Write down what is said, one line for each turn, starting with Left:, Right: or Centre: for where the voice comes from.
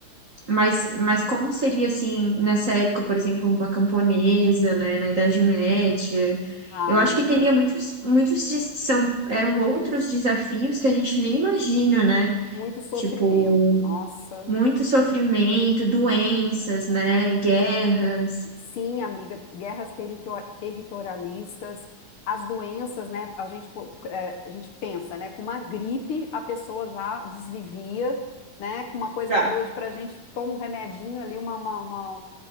Right: Mas, mas como seria assim, nessa época, por exemplo, uma camponesa, né, na Idade Média?
Left: Ah,
Right: Eu
Left: amiga,
Right: acho que teria muitos, muitos des- são, eram outros desafios que a gente nem imagina, né?
Left: muito sofrimento.
Right: Tipo,
Left: Nossa.
Right: muito sofrimento, doenças, né, guerras.
Left: Sim, amiga, guerras territor- territorialistas, as doenças, né? A gente, pô, é, a gente pensa, né? Com uma gripe, a pessoa já desvivia, né? Com uma coisa
Right: Já.
Left: que hoje, para a gente, toma um remedinho ali, uma, uma, uma,